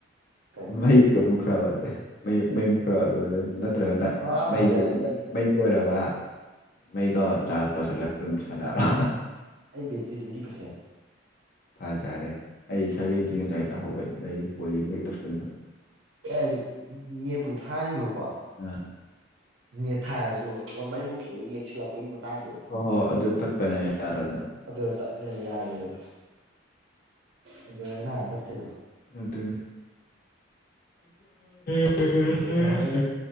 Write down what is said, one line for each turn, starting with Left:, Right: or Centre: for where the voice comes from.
Right: ꯀꯩ
Left: ꯃꯩꯒ ꯑꯃꯨꯛ ꯨ꯭ꯔꯕꯁꯦ ꯃꯩ ꯃꯨꯛ ꯈ꯭ꯔꯥꯕ ꯂꯣꯏꯔꯦ ꯅꯠꯇ꯭ꯔꯒꯅ
Right: ꯑꯥ
Left: ꯃꯩ
Right: ꯐꯖꯔꯦ ꯑꯩ
Left: ꯃꯩ ꯂꯣꯏꯔꯕ ꯃꯩꯗꯣ ꯆꯥꯔꯖ ꯇꯧꯁꯜꯂꯒ ꯑꯗꯨꯝ ꯁꯥꯟꯅꯔꯣ
Right: ꯑꯩ ꯕꯦꯇꯔꯤ ꯇꯤꯟꯗꯤ ꯐꯁꯦꯟ
Left: ꯐꯖꯔꯦꯅꯦ ꯑꯩ ꯁꯚꯦꯟꯇꯤ ꯉꯁꯥꯏ ꯇꯧꯍꯧꯧꯕ ꯂꯩꯔꯤ ꯄꯣꯜꯂꯤ ꯑꯃꯒꯤ ꯇꯧꯁꯟꯕ
Right: ꯑꯦ ꯎ ꯃꯤ ꯄꯨ ꯊꯔꯔꯤꯕ ꯀꯣ
Left: ꯑ
Right: ꯅꯦꯠ ꯊꯥꯔꯁꯨ ꯃꯩꯃꯨꯛꯀꯤ ꯑꯣꯏꯅ ꯅꯦꯠ ꯁꯤꯜꯂꯛꯄꯒꯤ ꯃꯇꯥꯡꯗꯣ
Left: ꯍꯣꯏ ꯍꯣꯏ ꯑꯗꯨ ꯇꯠꯄꯅꯦ ꯌꯥꯔꯅꯤ
Right: ꯑꯗꯨꯗ ꯇꯠꯂꯦꯕ ꯌꯥꯗꯦꯕ ꯑꯗꯨ ꯅꯍꯥꯟ ꯇꯠꯀꯦꯗꯣ
Left: ꯑꯗꯨꯅꯦ ꯎꯝ
Right: ꯅꯍꯥꯟꯈꯩꯗꯤ